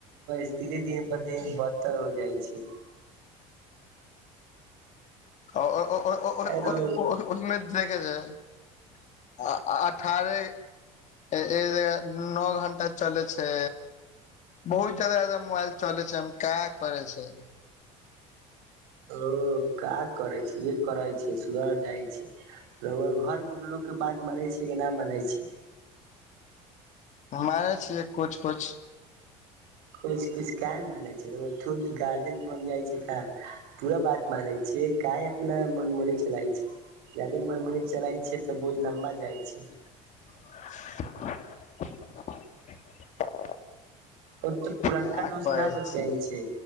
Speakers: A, on the right (about 80°); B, on the left (about 50°).
A: स्थिति दिन पर दिन बदतर हो जाय छै
B: <unintelligible>
A: ए रौ
B: आ अठारह एक जगह नओ घंटा चलै छै बहुत ज्यादा एकदम मोबाइल चले छै हम का करै छै
A: ओ का करै छै इ करै छै सुधर जाय छै घरके लोकके बात मानै छै कि नहि मानै छै
B: हम मानै छियै कुछ कुछो
A: कुछ कूछ का मानै छै गार्जियन बन जाय छै का पूरा बात मानै छियै काय अपना मन में चला छै जादे मरमनी चलाय छै तऽ बहुत लम्बा जाइ छै
B: <unintelligible>
A: ओ तऽ पुरनका
B: का
A: दोष
B: करै
A: न बतइ
B: छी
A: छै